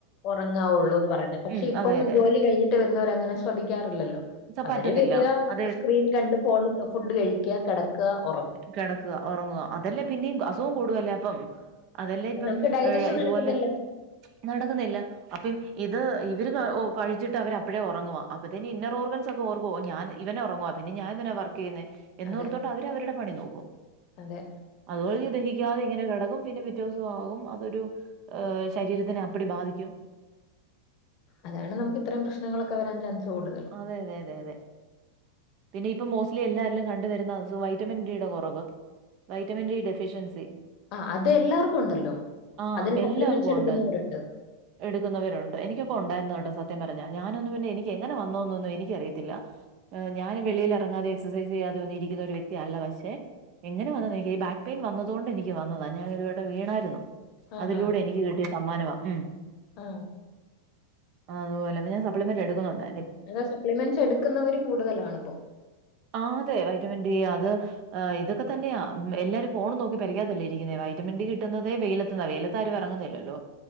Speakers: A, on the left (about 40°); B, on the right (about 40°).
A: ഉറങ്ങാവുള്ളൂ എന്ന് പറയുന്നുന്നത് പക്ഷെ
B: ഉം,
A: ഇപ്പം
B: അതെ അതെ
A: ജോലി
B: അതെ
A: കഴിഞ്ഞിട്ട് വരുന്നവര അങ്ങനെ ശ്രദ്ധിക്കാറില്ലല്ലോ അവര്
B: പറ്റത്തില്ല
A: വരിക
B: അ
A: സ്ക്രീൻ കണ്ട് ഫോൺ ഫുഡ് കഴിക്കാ കെടക്കാ ഒറ
B: കെടക്കാ ഒറങ്ങുവാ അതല്ലേ പിന്നെയും അസുഖം കൂടുവല്ലേ അപ്പം. അതല്ലെ
A: അത്
B: ഇപ്പം
A: നമുക്ക് ഡൈജഷൻ
B: ഏ ഇതുപോലെ
A: നടക്കുന്നില്ല
B: നടക്കുന്നല്ലം അപ്പം ഇത് ഇവര് കഴിച്ചിട്ട് അവര് അപ്പഴേ ഒറങ്ങുവാ അപ്പത്തന് ഇന്നർ ഓർഗൻസ് ഒക്കെ ഓർക്കോ ഞാൻ ഇവനൊറങ്ങുവ പിന്നെ ഞാൻ എന്തിനാ വർക്ക് ചെയ്യുന്നേ എന്നോർത്തോണ്ട്
A: അതെ
B: അവര് അവരുടെ പണി നോക്കും.
A: അതെ
B: അതുവഴി ദഹിക്കാതെ ഇങ്ങനെ കിടക്കും പിന്നെ പിറ്റ ദിവസംമാകും അതൊരു. ഹ ശരീരത്തിനപ്പടി ബാധിക്കും
A: അല്ലാണ്ട് നമ്മക്ക് ഇത്രയും പ്രശ്നങ്ങളോക്കെ വരാൻ ചാൻസ് കൂടുന്നത്
B: അതെ അതെ അതെ അതെ പിന്നെ ഇപ്പം മോസ്റ്റ്ലി എല്ലാരിലും കണ്ട് വരുന്ന അസുഖാ വൈറ്റമിൻ ഡിയുടെ കുറവ്. വൈറ്റമിൻ ഡി ഡെഫിഷ്യൻസി
A: ആ അത് എല്ലാർക്കും ഉണ്ടല്ലോ
B: ആ
A: അതിന് സപ്ലിമെന്റ്സ്
B: എല്ലാവർക്കും
A: എടുക്കുന്നവരുണ്ട്.
B: ഉണ്ട് എടുക്കുന്നവരുണ്ട് എനിക്കൊക്കെ
A: അതെ
B: ഉണ്ടായിരുന്നു കേട്ട സത്യം പറഞ്ഞ ഞാനൊന്നും പിന്നെ എനിക്ക് എങ്ങനെ വന്നോന്നൊന്നും എനിക്കറിയത്തില്ല. ഞാന് വെളിയിലെറങ്ങാതെ എക്സൈസ് ചെയ്യാതെ ഒന്നി ഇരിക്കുന്ന ഒരു വ്യക്തിയല്ല. പക്ഷെ എങ്ങനെ വന്നത് എനിക്ക് ബാക്ക് പെയിൻ വന്നതോണ്ട് എനിക്ക് വന്നതാ ഞാനൊരു വട്ടം വീണായിരുന്നു.
A: ആ
B: അതിലൂടെ
A: ആ
B: എനിക്ക് കിട്ടിയ സമ്മാനവാ ഉ
A: ആ
B: അതുപോലെന്ന ഞാ സപ്ലിമെന്റ് എടുക്കുന്നുണ്ട
A: അത സപ്ലിമെന്റ്സ് എടുക്കുന്നവര് കൂടുതലാണ്. ഇപ്പോ
B: ആ അതെ വൈറ്റമിൻ ഡി അത്. ഇതൊക്കെ തന്നെയാ എല്ലാരും ഫോണും നോക്കി പരെക്കത്തല്ലെ ഇരിക്ക്ന്നേ വൈറ്റമിൻ ഡി കിട്ടുന്നത് വെയിലത്തുന്നാ വെയില- ത്താരും എറങ്ങുന്നില്ലല്ലോ?